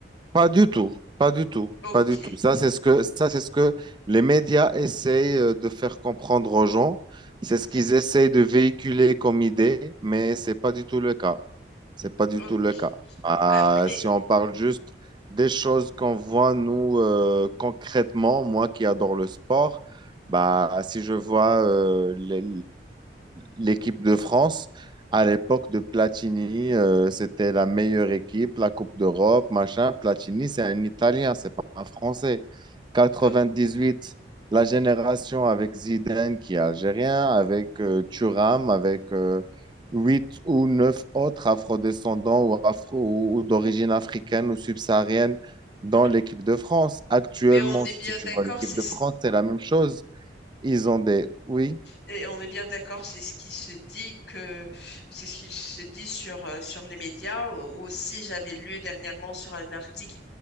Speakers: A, on the right (about 25°); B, on the left (about 70°).
A: Pas du tout, pas du tout,
B: Ok.
A: pas du tout. Ça, c'est ce que, ça, c'est ce que les médias essayent euh, de faire comprendre aux gens. C'est
B: Mhm.
A: ce qu'ils essayent de véhiculer comme idée, mais c'est pas du tout le cas. C'est pas du
B: Ok.
A: tout le cas. Ah,
B: Après,
A: si on parle juste des choses qu'on voit, nous, euh, concrètement, moi qui adore le sport, bah, si je vois euh, l'é- l'équipe de France, à l'époque de Platini, euh, c'était la meilleure équipe, la Coupe d'Europe, machin. Platini, c'est un Italien, c'est pas un Français. quatre-vingt-dix-huit
B: ok.
A: la génération avec Zidane qui est algérien, avec euh, Thuram, avec euh, huit ou neuf autres afrodescendants ou, afro, ou d'origine africaine ou subsaharienne dans
B: mais
A: l'équipe de France. Actuellement,
B: mais on est
A: si
B: bien
A: tu
B: d'accord,
A: vois l'équipe
B: c'est,
A: de France, c'est la même chose. Ils ont des... Oui.
B: Et on est bien d'accord, c'est ce qui se dit que c'est ce qui se dit sur euh, sur les médias. Au- Aussi, j'avais lu dernièrement sur un article